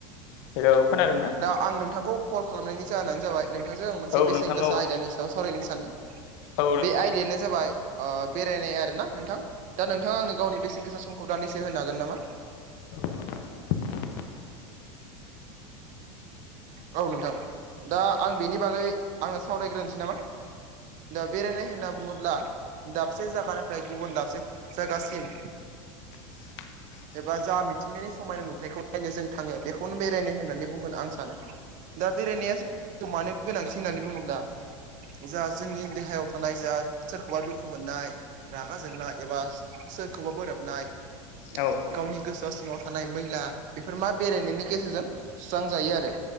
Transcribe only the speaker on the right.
दा आं नोंथांखौ कल खालामनायनि जाहोनानो जाबाय नोंथांजों आं मोनसे
बेसेन
गोसा
आयदायानि सायाव सावरायनो सानदों
बे आयदायानो जाबाय अ बेरायनाय आरो ना नोंथां दा नोंथाङा आंनो गावनि बेसेन गोसा समखौ दान्दिसे होनो हागोन नामा
औ नोंथां दा आं बेनि बागै आंनो सावरायग्रोनोसै नामा दा बेरायनाय होनना बुङोब्ला दाबसे जायगानिफ्राय गुबुन दाबसे जायगासिम
एबा जा मिथिंगायानि समायना नुथायखौ नायनो जों थाङो बेखौनो बेरायनाय होननानै बुंगोन आं सानो दा बेरायनाया मानो गोनांथि होननानै बुङोब्ला जा जोंनि देहायाव थानाय जा सोरखौबा दुखु मोननाय रागा जोंनाय एबा सोरखौबा बोरोबनाय
गावनि गोसोआ सिङाव थानाय मैला बेफोर मा बेरायनायनि गेजेरजों सुस्रांजायो आरो